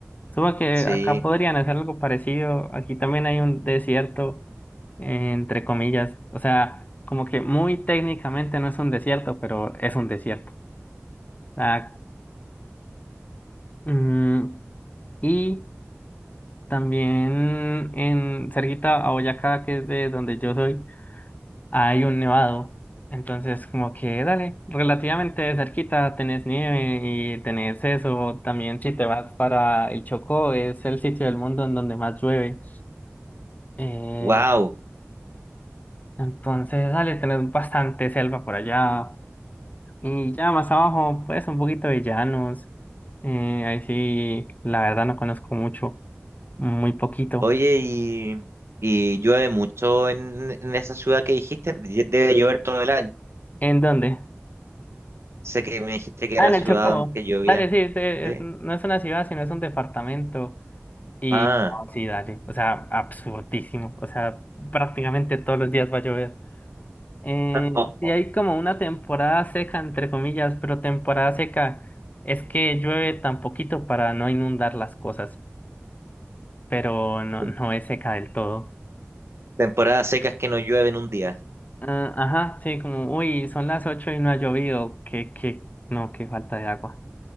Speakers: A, on the left (about 35°); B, on the right (about 65°).
A: Supongo que
B: Sí,
A: acá podrían hacer algo parecido. Aquí también hay un desierto, eh, entre comillas. O sea, como que muy técnicamente no es un desierto, pero es un desierto. O sea, mm, y también en cerquita a Boyacá, que es de donde yo soy. hay un nevado. Entonces, como que dale, relativamente cerquita tenés nieve y tenés eso. También si te vas para el Chocó, es el sitio del mundo en donde más llueve. Eh,
B: wow.
A: entonces, dale, tenés bastante selva por allá. Y ya más abajo, pues un poquito de llanos. Eh, ahí sí, la verdad no conozco mucho, muy poquito.
B: Oye, y, y llueve mucho en, en esa ciudad que dijiste. Lle- Debe llover todo el año.
A: ¿En dónde?
B: Sé que me dijiste que
A: Ah,
B: era
A: en
B: ciudad
A: el Chocó.
B: donde que llovía.
A: Dale, sí, es- es-
B: Sí.
A: no es una ciudad, sino es un departamento. Y
B: Ah,
A: oh, sí, dale, o sea, absurdísimo, o sea, prácticamente todos los días va a llover. Eh,
B: <laughs>
A: sí hay como una temporada seca, entre comillas, pero temporada seca es que llueve tan poquito para no inundar las cosas, pero no,
B: Tem-
A: no es seca del todo.
B: temporadas secas que no llueve en un día.
A: Ah, ajá, sí, como, uy, son las ocho y no ha llovido, que, que, no, qué falta de agua.